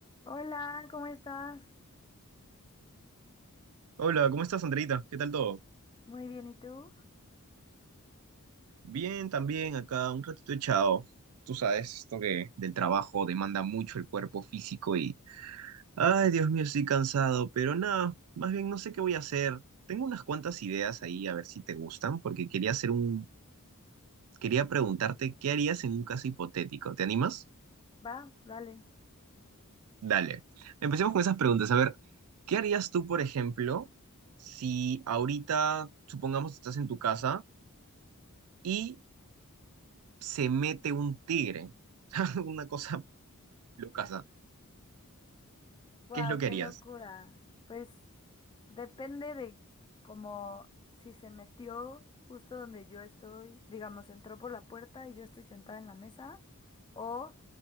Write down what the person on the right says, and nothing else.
Hola, ¿cómo estás, Andreita? ¿Qué tal todo?
Bien, también acá un ratito echado. Tú sabes, esto que del trabajo demanda mucho el cuerpo físico y... Ay, Dios mío, estoy cansado, pero nada, más bien no sé qué voy a hacer. Tengo unas cuantas ideas ahí, a ver si te gustan, porque quería hacer un... Quería preguntarte qué harías en un caso hipotético. ¿Te animas?
Dale. Empecemos con esas preguntas. A ver, ¿qué harías tú, por ejemplo, si ahorita, supongamos, estás en tu casa y se mete un tigre. <laughs> Una cosa lucasa.
¿Qué es lo que
harías?